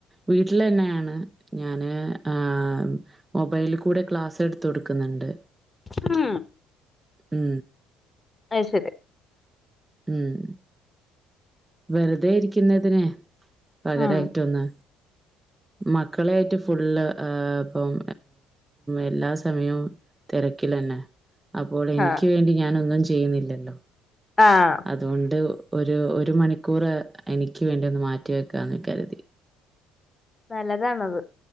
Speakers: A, on the right; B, on the left.
A: വി ട്ട്ലെന്നേണ് ഞാന് ആഹ് മൊബൈൽ കൂടെ ക്ലാസ് എടുത്തു കൊടുക്കുന്നുണ്ട്
B: മ്
A: മ്
B: അയ് ശരി
A: ഉം വെറുതെഇരിക്കുന്നതിനെ പകരായിട്ടൊന്ന്
B: ഉം
A: മക്കളെയിട്ട് ഫുള്ള് ഇപ്പം എല്ലാ സമയം തെരക്കിലന്നെ അപ്പോൾ എനിക്ക്
B: ആ
A: വേണ്ടി ഞാനൊന്നും ചെയ്യുന്നില്ല
B: ആഹ്
A: അതുകൊണ്ട് ഒരു ഒരു മണിക്കൂറ് എനിക്ക് വേണ്ടി ഒന്ന് മാറ്റി വെക്കാന്ന് കരുതി
B: നല്ലതാണത്